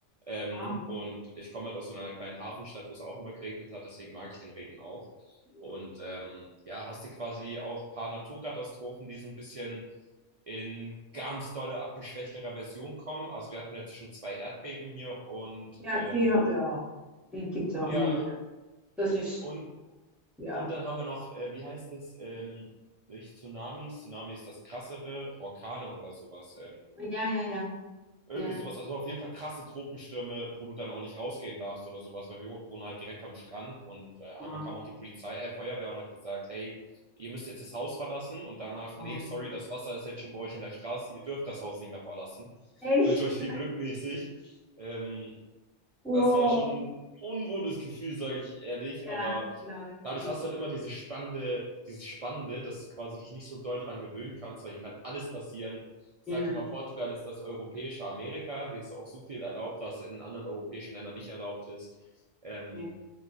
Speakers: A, on the right (about 65°); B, in the centre.
A: Ähm,
B: Wow.
A: und ich komme halt aus so einer kleinen Hafenstadt, wo es auch immer geregnet hat, deswegen mag ich den Regen auch.
B: Mhm.
A: Und ähm, ja, hast du quasi auch ein paar Naturkatastrophen, die so ein bisschen in ganz dolle, abgeschwächterer Version kommen. Also wir hatten jetzt schon zwei Erdbeben hier und
B: Ja,
A: ähm,
B: die haben wir auch. Die gibt es auch
A: ja,
B: immer wieder. Das ist,
A: und,
B: ja,
A: und dann haben wir noch, äh, wie heißt es, ähm, nicht Tsunamis, Tsunami ist das krassere, Orkane oder sowas. Ähm,
B: Ja, ja, ja,
A: Irgendwie
B: ja.
A: sowas, also auf jeden Fall krasse Tropenstürme, wo du dann auch nicht rausgehen darfst oder sowas, weil wir wohnen halt direkt am Strand und äh, einmal
B: wow,
A: kam auch die Polizei, äh, Feuerwehr und hat gesagt, hey, ihr müsst jetzt das Haus verlassen und danach, nee,
B: wow.
A: sorry, das Wasser ist jetzt schon bei euch in der Straße, ihr dürft das Haus nicht mehr verlassen.
B: Echt?
A: Wünsche euch viel Glück mäßig. Ähm,
B: Oh,
A: das war schon ein unwohles Gefühl, sage ich ehrlich,
B: ja,
A: aber
B: glaube ich
A: dadurch
B: dir.
A: hast du halt immer diese spannende, dieses Spannende, dass du quasi dich nicht so doll dran gewöhnen kannst, weil hier kann alles passieren. Ich
B: Ja,
A: sage immer, Portugal ist das europäische Amerika. Hier ist auch so viel erlaubt, was in anderen europäischen Ländern nicht erlaubt ist. Ähm,
B: okay.